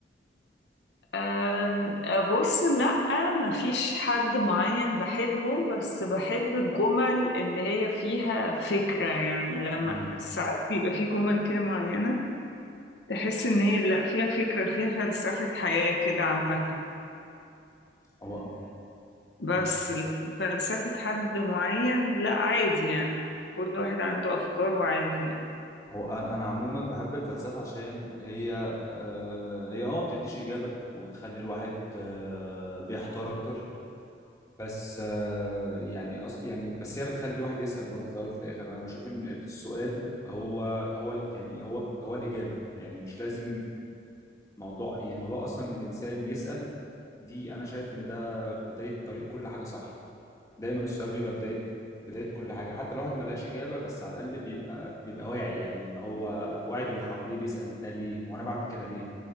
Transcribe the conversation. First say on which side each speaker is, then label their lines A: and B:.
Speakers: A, on the left (about 75°); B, on the left (about 20°).
A: أم، بص لأ مفيش حد معين بحبه بس بحب الجمل اللي هي فيها فكرة يعني لما
B: امم
A: ساعات بيبقى فيه جمل كده معينة تحس ان هي لأ فيها فكرة فيها فلسفة حياة كده عامة
B: هو
A: بس
B: مم.
A: لكن فلسفة حد معين لا عادي يعني كل واحد عنده أفكار وعادي يعني
B: هو انا انا عموما بحب الفلسفه عشان هي آه، هي اه ما بتديش اجابه وبتخلي الواحد آه، بيحتار اكتر بس آه، يعني أص... يعني بس هي بتخلي الواحد يسأل برضه في الأول وفي الآخر أنا بشوف إن السؤال هو هو ال- يعني هو هو الإجابة يعني مش لازم موضوع يعني موضوع أصلا إن الإنسان يسأل دي أنا شايف إن ده بداية طريق كل حاجة صح دايما السؤال بيبقى بداية بداية كل حاجة حتى الواحد ما لقاش إجابة بس على الأقل بيبقى بيبقى واعي يعني إن هو واعي باللي حواليه بيسأل ده ليه وأنا بعمل كده ليه